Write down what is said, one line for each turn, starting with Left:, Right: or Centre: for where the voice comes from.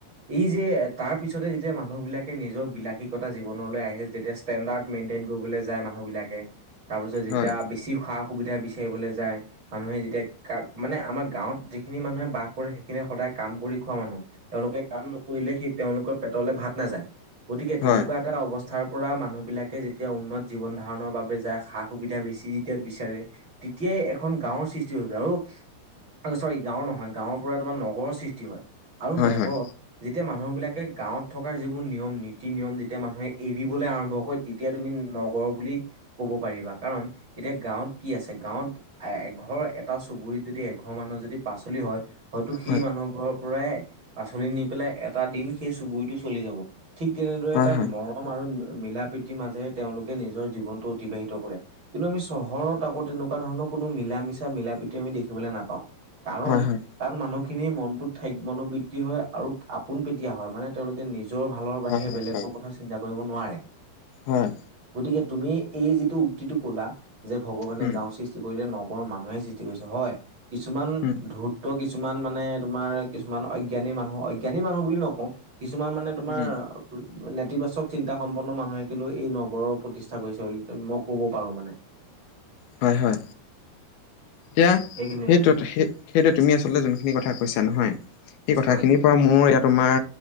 Right: এই যে তাৰ পিছতে যেতিয়া মানুহ বিলাকে নিজৰ বিলাসীিকতা জীৱনলৈ আহে যে তিয়া ষ্টেডাৰ্ মেইনটেইন কৰিব যায় মানু বিাকে তাৰ পিছত যেতিয়া
Left: হয়।
Right: বেছি সা, সুবিধা বিচাৰিবলৈ যায় মানুহে যেতিয়া মানে আমাৰ গাঁৱত যিখিনি মানুহে বাস কৰে সেইখিন সদায় কাম কৰি খোৱা মানুহ তেওঁলোকে কাম নকৰিলে সেই তেওঁলোকৰ পেটলে ভাত নাযায়। গতিকে তেনেকুৱা
Left: হয়,
Right: এটা অৱস্থা। স্থাৰ পৰা মানুহ বিলাকে যেতিয়া উন্নত জীৱন ধাৰণৰ বাবে যায় সা সুবিধা বেছি। তেতিয়া বিচাৰে তেতিয়াই এখন গাঁওৰ সৃষ্টি হৈ যায় আৰু চৰি গাঁওৰ নহয় গাঁৱৰ পৰা তোমাৰ নগৰৰ সৃষ্টি হয় আৰু
Left: হয়,
Right: নগৰত
Left: হয়,
Right: যে তেতিয়া মানুহবিলাকে গাঁৱত থকা যিবোৰ নিয়ম নীতি নিয়ম যেতিয়া মানুহে এৰিবলৈ আৰম্ভ কৰে তেতিয়া তুমি নগৰ বুলি ক'ব পাৰিবা কাৰণ। এতিয়া গাঁৱত কি আছে গাঁৱত এ, এঘৰ এটা চুবুৰীত যদি এঘৰ মানুহ যদি পাচলি হয়। হয়তো সেই
Left: হয়,
Right: মানুহ ঘৰৰ পৰাই পাচলি নি পেলাই এটা দিন সেই চুবুুৰীটো চলি যাব। ঠিক তেনেদৰে
Left: হয়,
Right: এটা
Left: হয়,
Right: মৰম আৰু। মিলা প্ৰীতিৰ মাজেৰে তেওঁলোকে নিজৰ জীৱনটো অতিবাহিত কৰে। কিন্তু আমি চহৰত আকৌ তেনেকুৱা ধৰণৰ কোনো মিলা, মিচা, মিলা প্ৰীতি আমি দেখিবলৈ নাপাওঁ। কাৰণ
Left: হয়, হয়,
Right: তাৰ মানুহসি খিন মনটোত ঠে মনোবৃত্তি হয় আৰু আপোন পেটয়াা হয়, মানে তেওঁলোকে নিজ নিজৰ ভালৰ বাহিৰে
Left: হয়, হয়,
Right: বেলেগৰ
Left: হয়,
Right: কথা চিন্তা কৰিব নোৱাৰে
Left: হয়,
Right: গতিকে তুমি এই যিটো উক্তিটো ক'লা যে, ভগৱানে
Left: উম,
Right: গাও সৃষ্টি কৰিলে নগ মানুহে সৃষ্টি কৰিছে হয়, কিছুমান
Left: উম,
Right: ধূৰ্ত্ত কিচ কিছুমান মানে তোমাৰ কিছুমান অজ্ঞানী মানুহ, অজ্ঞানী মানুহ বুলি নকওঁ। কিছুমান মানে তোমাৰ
Left: উম,
Right: নেতিবাচক চিন্তা সম্পন্ন মানুহে কিন্তু এই নগৰৰ প্ৰতিষ্ঠা কৰিছে বুলি মই ক'ব পাৰোঁ মানে।
Left: হয়, হয়, এতিয়া
Right: সেইখিনিয়ে
Left: সেইটো
Right: কথা আৰু
Left: স সেইটো তুমি আচলতে যোনখিনি কথা কৈছা নহয়, সেই কথা
Right: হয়
Left: খিনিৰ পৰা মোৰ এতিয়া তোমাৰ